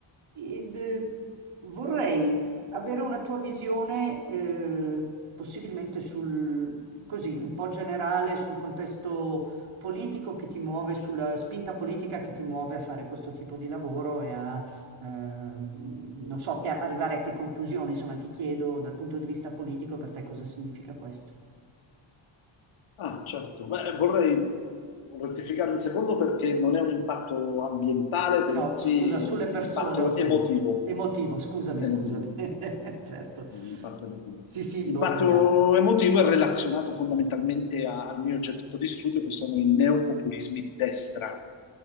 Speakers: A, on the right; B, on the left.
A: ed, eh, vorrei avere una tua visione, eh, possibilmente sul, così, un po' generale sul contesto politico che ti muove sulla spinta politica che ti muove a fare questo tipo di lavoro e a, ehm, non so, che arrivare a che conclusione, insomma, ti chiedo dal punto di vista politico per te cosa significa questo.
B: Ah, certo. Beh, vorrei rettificare un secondo perché non è un impatto ambientale, bensì
A: No, scusa, sulle
B: un
A: persone
B: impatto
A: ho sbagliato.
B: emotivo.
A: Emotivo, scusami,
B: Emotivo.
A: scusami. <laughs> Certo.
B: Un impatto emotivo.
A: Sì, sì,
B: L'impatto
A: ho sbagliato.
B: emotivo è relazionato fondamentalmente a- al mio oggetto di studio, che sono i neopopulismi di destra,